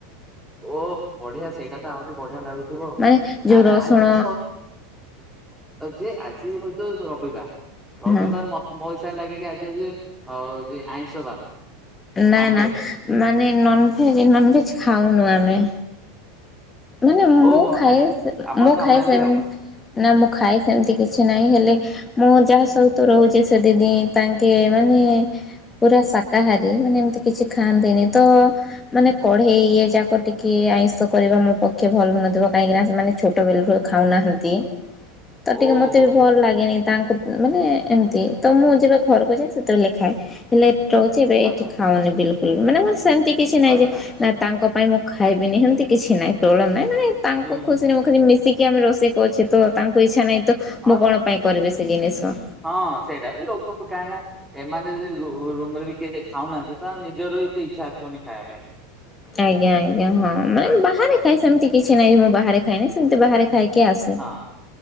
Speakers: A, in the centre; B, on the left.
A: ଓ ବଢିଆ ସେଇଟା ତ ଆହୁରି ବଢିଆ ଲାଗୁଥିବ କାହିଁ
B: ମାନେ ଯୋଉ
A: ନାଁ
B: ରସୁଣ
A: ଆଜି ର ଯେ ଆ ସେ ହଉଛ ରବିକା ରବିବାର
B: ହଁ
A: ମତ ମ ଲାଗେ କି ଆଜି ଆଉ ଆଇଁଷ ବାର
B: ନା
A: ନନଭେଜ
B: ନା ମାନେ ନନଭେଜ ନନଭେଜ ଖାଉ ନୁ ଆମେ। ମାନେ ମୁଁ
A: ଓହୋ
B: ଖାଏ
A: ଆ ଆପଣ
B: ମୁଁ
A: ଖାଉନାହାନ୍ତି
B: ଖାଏସ
A: ଆଉ
B: ନା ମୁଁ ଖାଏ ସେମିତି କିଛି ନାହିଁ ହେଲେ ମୁଁ ଯାହା ସହିତ ରହୁଛି ସେ ଦିିଦି ତାଙ୍କେ ମାନେ ପୁରା ଶାକାହାରୀ ମାନେ ଏମିତି କିଛି ଖାଆନ୍ତିନି ତ ମାନେ କଢ଼େଇ ଇ ଯାକ ଟିକେ ଆଇଁଷ କରିବା ମୋ ପକ୍ଷେ ଭଲ ନଥିବ କାହିଁକିନା ସେମାନେ ଛୋଟ ବେଲରୁ ଖାଉନାହାନ୍ତି। ତ ଟିକେ
A: ଓହୋ
B: ମତେ ବି
A: ହୋ
B: ଭଲ୍
A: ହୋ
B: ଲାଗେନି
A: ହୋ
B: ତାଙ୍କୁ ମାନେ ଏମିତି ତ ମୁଁ ଯେବେ ଘରକୁ ଯାଏଁ ସେତେବେଲେ ଖାଏ ହେଲେ <unintelligible> ଏବେ ଏଠି
A: ଆଚ୍ଛା ଆଚ୍ଛା
B: ଖାଉନି ବିଲକୁଲ ମାନେ ମୁଁ ସେମିତି କିଛି ନାଇଁ
A: ଆଚ୍ଛା
B: ଯେ ନା ତାଙ୍କ ପାଇଁ ମୁଁ ଖାଇବିନି ହେମିତି କିଛି ନାଇଁ। <unintelligible> ମାନେ ତାଙ୍କ
A: ହୁଁ।
B: ଖୁସିରେ ମୁଁ ଖାଲି ମିଶିକି କି ଆମେ ରୋଷେଇ କରୁଛେ ତ ତାଙ୍କୁ ଇଚ୍ଛା ନଇଁ। ତ
A: ଅ
B: ମୁଁ କଣ ପାଇଁ କରିବି? ସେଇ ଜିନିଷ
A: ହଁ ସେଇଟା ଲୋକ କାଇଁ ନା ଏମାନେ ଯଦି ରୁ ରୁ ରୁମରେ ବି କିଏ ଯେ ଖାଉନାହାନ୍ତି ତ ନିଜର ଏତେ ଇଚ୍ଛା ଆସିବନି ଖାଇବା ପାଇଁ ବି।
B: ଆଜ୍ଞା ଆଜ୍ଞା ହଁ ମାନେ ବାହାରେ
A: ଆଜ୍ଞା
B: ଖାଏ ସେମିତି କିଛି ନାଇଁ ବା ବାହାରେ ଖାଏନି ସେିତି ବାହାରେ ଖାଇ <unintelligible> ଆସେ
A: ଆଜ୍ଞା ହଁ